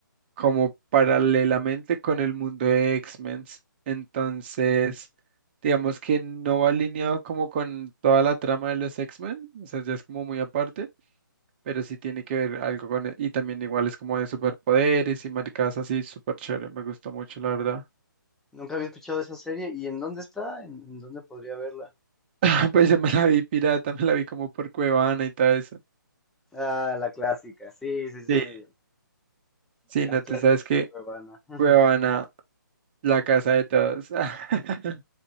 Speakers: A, on the right (about 30°); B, in the centre.
A: como paralelamente con el mundo de X-Men. Entonces, digamos que no va alineado como con toda la trama de los X-Men. O sea, ya es como muy aparte pero sí tiene que ver algo con e- Y también igual es como de superpoderes y maricadas así, súper chévere, me gustó mucho, la verdad.
B: nunca había escuchado esa serie. ¿Y en dónde está? ¿En, en dónde podría verla?
A: <laughs> Pues ya me la vi pirata, me la vi como por Cuevana y todo eso.
B: Ah, la clásica, sí, sí, sí,
A: Sí, sí,
B: la
A: no,
B: clásica
A: tú sabes que
B: cuevana. <laughs>
A: Cuevana, la casa de todos. <laughs>